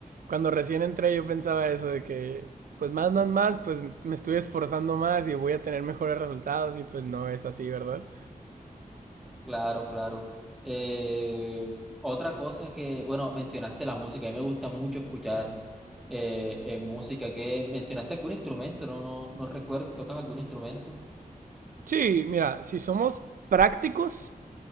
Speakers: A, on the right; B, in the centre.
A: Cuando recién entré yo pensaba eso de que, pues más, más, más, pues me estoy esforzando más y voy a tener mejores resultados y pues no es así, ¿verdad?
B: Claro, claro. Eh, otra cosa que, bueno, mencionaste la música, a mí me gusta mucho escuchar eh, eh, música, que mencionaste algún instrumento, no, no, no recuerdo, ¿tocas algún instrumento? <laughs>
A: Sí, mira, si somos prácticos,